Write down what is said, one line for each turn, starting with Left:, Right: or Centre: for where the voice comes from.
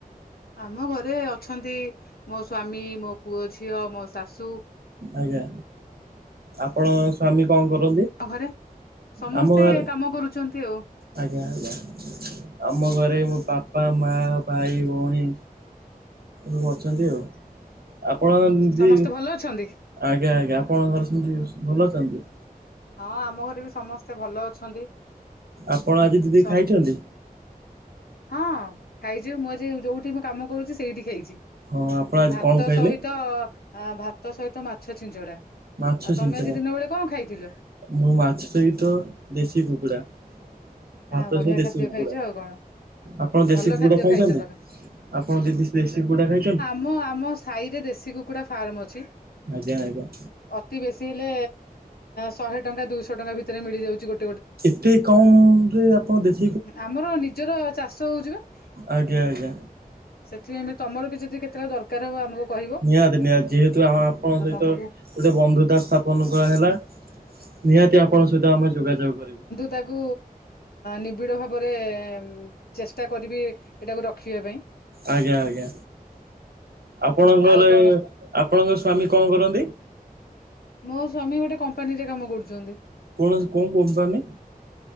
Left: ଆମ ଘରେ ଅଛନ୍ତି ମୋ ସ୍ଵାମୀ ମୋ ପୁଅ ଝିଅ ମୋ ଶାଶୁ।
Right: ଆଜ୍ଞା ଆପଣଙ୍କ ସ୍ଵାମୀ କଣ କରନ୍ତି?
Left: <inaudible> ଘରେ ସମସ୍ତେ
Right: ଆମ ଘରେ
Left: କାମ କରୁଚନ୍ତି ଆଉ।
Right: ଆଜ୍ଞା ଆଜ୍ଞା ଆମ ଘରେ ମୋ ବାପା ମା ଭାଇ ଭଉଣୀ ସବୁ ଅଛନ୍ତି ଆଉ, ଆପଣ ଦି
Left: ସମସ୍ତେ ଭଲ ଅଛନ୍ତି
Right: ଆଜ୍ଞା ଆଜ୍ଞା ଆପଣଙ୍କ ଘରେ ସେମିତି ଭଲ ଅଛନ୍ତି?
Left: ହଁ ଆମ ଘରେ ବି ସମସ୍ତେ ଭଲ ଅଛନ୍ତି।
Right: ଆପଣ ଆଜି ଦିଦି
Left: ସମ
Right: ଖାଇଛନ୍ତି?
Left: ହଁ ଖାଇଚୁ ମୁଁ ଆଜି ଯୋଉଠି ମୁଁ କାମ କରୁଚି ସେଇଠି ଖାଇଚି।
Right: ହଁ ଆପଣ ଆଜି
Left: ଭାତ
Right: କଣ ଖାଇଲେ?
Left: ସହିତ ଆଁ ଭାତ ସହିତ ମାଛ ଛିଞ୍ଚଡା।
Right: ମାଛ
Left: ଆଉ ତମେ
Right: ଛିଞ୍ଚେଡା
Left: ଆଜି ଦିନ ବେଳେ କଣ ଖାଇଥିଲ
Right: ମୁଁ ମାଛ ସହିତ ଦେଶୀ କୁକୁଡ଼ା। ଭାତ
Left: ଆ ବଢିଆ
Right: ସହ ଦେଶୀ
Left: ଖାଦ୍ୟ
Right: କୁକୁଡା,
Left: ଖାଇଛ ଆଉ କଣ
Right: ଆପଣ ଦେଶୀ
Left: ଭଲ
Right: କୁକୁଡା
Left: ଖାଦ୍ୟ
Right: ଖାଇଛନ୍ତି?
Left: ଖାଇଛ ତମେ
Right: ଆପଣ ଦିଦି ଦେଶୀ କୁକୁଡା ଖାଇଛନ୍ତି?
Left: ମୁଁ ଆମ ସ ସାହିରେ ଦେଶୀ କୁକୁଡ଼ା ଫାର୍ମ ଅଛି।
Right: ଆଜ୍ଞା ଆଜ୍ଞା।
Left: ଅତି ବେଶୀ ହେଲେ ଶହେ ଟଙ୍କା ଦୁଇଶହ ଟଙ୍କା ଭିତରେ ମିଳିଯାଉଛି ଗୋ
Right: ଏତେ କମ ରେ କଣ ଦେଖ
Left: ଆମର ନିଜର ଚାଷ ହଉଛି ପା।
Right: ଆଜ୍ଞା ଆଜ୍ଞା।
Left: ସେଥିପାଇଁମତି ତମର ବି ଯଦି କେତେବେଳେ ଦର ଦରକାର ହବ ଆମକୁ କହିବ।
Right: ନିହାତି ନିହାତି ଯେହେତୁ ଆମ ଆପଣଙ୍କ
Left: ତ
Right: ସହିତ
Left: ତମକୁ
Right: ଗୋଟେ ବନ୍ଧୁତା ସ୍ଥାପନ କ ହେଲା ନିହାତି ଆପଣଙ୍କ ସହିତ ଆମେ ଯୋଗାଯୋଗ କରିବୁ।
Left: ତାକୁ ନିବିଡ଼ ଭାବରେ ଚେଷ୍ଟା କରିବି ଏଇଟାକୁ ରଖିବା ପାଇଁ।
Right: ଆଜ୍ଞା ଆଜ୍ଞା ଆପଣଙ୍କର
Left: ଆଉ କଣ
Right: ଏହି ଆପଣଙ୍କ ସ୍ଵାମୀ କଣ କରନ୍ତି?
Left: ମୋ ସ୍ୱାମୀ ଗୋଟେ କମ୍ପାନୀରେ କାମ କରୁଛନ୍ତି।
Right: କୌଣସି କଉ କମ୍ପାନୀ?